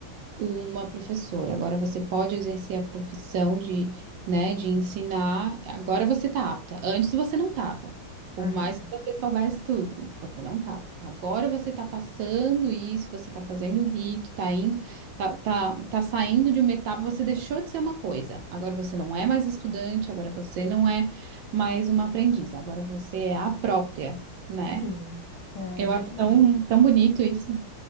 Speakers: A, on the right; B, on the left.
A: uma professora. Agora você pode exercer a profissão de, né, de ensinar. Agora você tá apta. Antes você não tava. Por
B: Aham,
A: mais que você soubesse tudo, você não tava. Agora você tá passando isso, você tá fazendo o rito, tá indo, tá, tá, tá saindo de uma etapa, você deixou de ser uma coisa. Agora você não é mais estudante, agora você não é mais uma aprendiz, agora você é a própria, né?
B: Sim, é
A: Eu
B: bem
A: acho
B: isso.
A: tão, tão bonito isso.